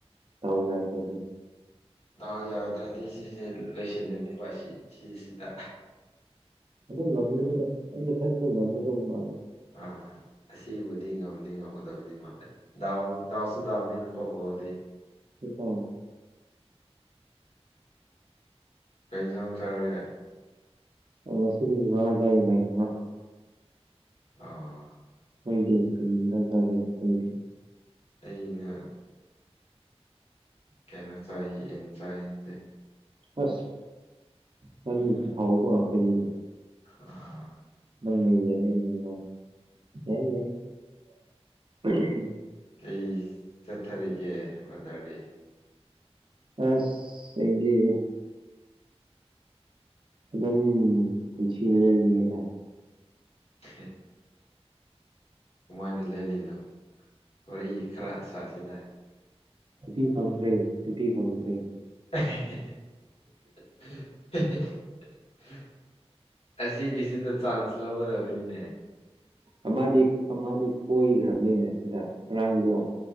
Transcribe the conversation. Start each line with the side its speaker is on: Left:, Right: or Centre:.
Right: ꯇꯥꯎ ꯌꯥꯗ꯭ꯔꯗꯤ
Left: ꯇꯎ ꯌꯥꯗ꯭ꯔꯗꯤ ꯁꯤꯁ ꯂꯣꯏꯁꯤꯂꯅꯤ ꯃꯥꯁꯤ ꯁꯤꯁꯤꯗ
Right: ꯑꯗꯨꯝ ꯉꯝꯒꯅꯤꯗ ꯑꯩꯅ ꯈꯟꯕꯗ ꯉꯝꯒꯗꯧꯕ ꯃꯥꯡꯒꯗ
Left: ꯑꯥ ꯑꯁꯤꯕꯨꯗꯤ ꯉꯝꯗꯤ ꯉꯝꯃꯗꯕꯗꯤ ꯃꯥꯜꯂ ꯗꯥꯎ ꯗꯥꯎꯁꯨ ꯗꯥꯎꯅꯤꯅ ꯀꯣꯄꯣꯗꯤ
Right: ꯍꯗ
Left: ꯀꯩ ꯏꯟꯁꯥꯡ ꯆꯔꯒꯦ
Right: <unintelligible>
Left: ꯑꯥ
Right: ꯍꯣꯏꯗꯤ ꯀꯔꯤ ꯃꯇꯥꯡ ꯆꯥꯒꯦ ꯊꯦꯡꯌꯨ
Left: ꯑꯩꯅ ꯀꯩ ꯏꯟꯖꯥꯡ ꯆꯥꯏ ꯏꯟ ꯆꯥꯏꯌꯦ
Right: ꯑꯁ ꯍꯥꯎꯕ ꯉꯥꯛꯇꯅꯤꯅꯦ
Left: ꯑꯥ
Right: <unintelligible>
Left: ꯀꯩ ꯆꯠꯊꯔꯤꯒꯦ ꯕ꯭ꯔꯗꯔꯗꯤ
Right: ꯑꯁ ꯑꯩꯒꯤ ꯑꯗꯨꯝ ꯄꯨꯟꯁꯤ ꯂꯦꯜꯂꯤꯌꯦꯗ
Left: <inaudible> ꯀꯃꯥꯏꯅ ꯂꯦꯜꯂꯤꯅꯣ ꯋꯥꯔꯤ ꯈꯔ ꯑꯁꯥꯁꯤꯗ
Right: ꯑꯗꯨꯗꯤ ꯐꯟ꯭ꯔꯦ ꯑꯗꯨꯗꯤ ꯐꯟꯔꯦ
Left: <inaudible> ꯑꯁꯤꯒꯤꯁꯤꯗ ꯆꯥꯟꯁ ꯂꯧꯒꯗꯕꯅꯤꯅꯦ
Right: ꯑꯃꯗꯤ ꯑꯃꯗꯤꯗꯤ ꯀꯣꯏꯈ꯭ꯔꯕꯅꯤꯅꯦ ꯁꯤꯗ ꯉꯔꯥꯡꯗꯣ